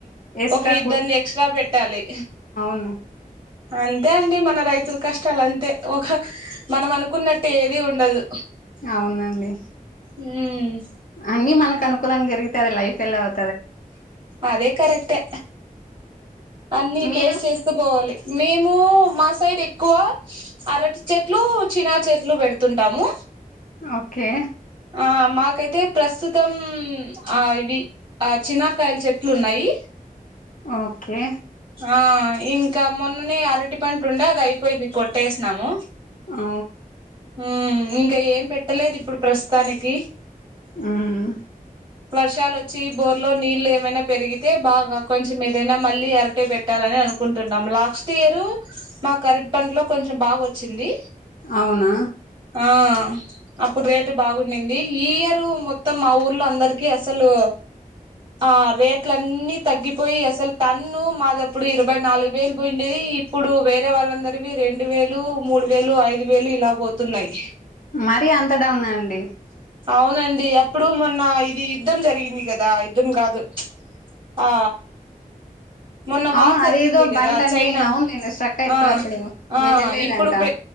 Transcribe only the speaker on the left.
ఎస్ట్రా
ఆ
అవునండి
అన్ని మనకు అనుకూలంగా జరిగితే అది లైఫ్ ఎలా అవు
మీరు
ఓకే
ఓకే
ఆ
ఉమ్
అవునా
మరి అంత డౌనా అండి
అవును
అదేదో
బండ్లన్నీ
అవునులేండి స్ట్రక్ అయిపోయి
అప్పుడు
వెళ్ళలేదంట